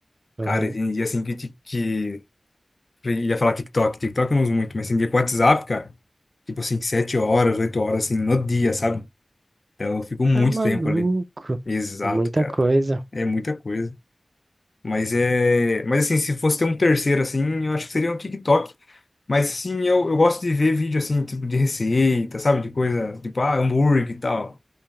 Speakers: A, on the right; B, on the left.
A: Aham.
B: Cara, e tem dia assim que, ti- que eu ia falar TikTok, TikTok eu não uso muito, mas tem dia com WhatsApp, cara, tipo assim, sete horas, oito horas assim no dia, sabe? Então eu fico muito
A: Tá maluco.
B: tempo ali. Exato,
A: Muita
B: cara.
A: coisa.
B: É muita coisa. Mas é, mas assim, se fosse ter um terceiro assim, eu acho que seria o TikTok. Mas sim, eu, eu gosto de ver vídeo assim, tipo de receita, sabe? De coisa, tipo, ah, hambúrguer e tal.